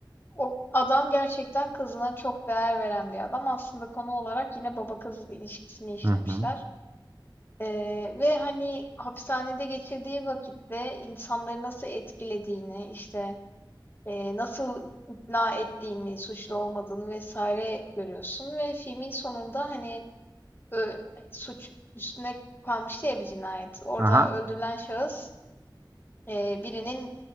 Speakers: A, on the left; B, on the right.
A: o adam gerçekten kızına çok değer veren bir adam. Aslında konu olarak yine baba kız ilişkisini işlemişler.
B: Hı hı.
A: E, ve hani hapishanede geçirdiği vakitte insanları nasıl etkilediğini, işte e, nasıl ikna ettiğini, suçlu olmadığını vesaire görüyorsun. Ve filmin sonunda hani Eee, suç üstüne kalmıştı ya bir cinayet. Orada
B: Aha.
A: öldürülen şahıs, eee, birinin,